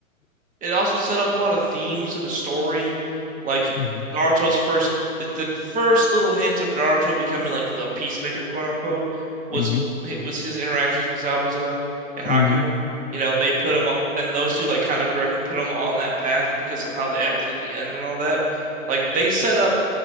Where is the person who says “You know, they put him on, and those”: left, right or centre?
Right